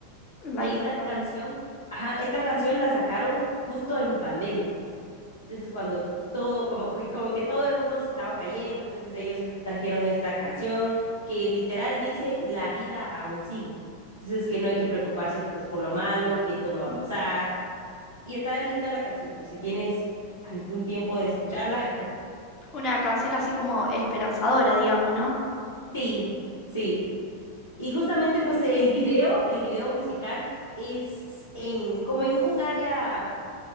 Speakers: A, on the left (about 35°); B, on the left (about 80°).
A: Like
B: que esta
A: a song.
B: canción, ajá, esta canción la sacaron justo en pandemia. Entonces, cuando todo, como, que- como que todo el mundo se estaba cayendo, entonces ellos trajeron esta canción que literal dice, la vida aún sigue. Entonces, que no hay que preocuparse pues por lo malo, que todo va
A: Ujú.
B: a pasar. Y está linda la canción, por si tienes algún tiempo de escucharla.
A: Una canción así
B: <laughs>
A: como esperanzadora, digamos, ¿no?
B: Sí, sí. Y justamente pues el video, el video musical es en como en un área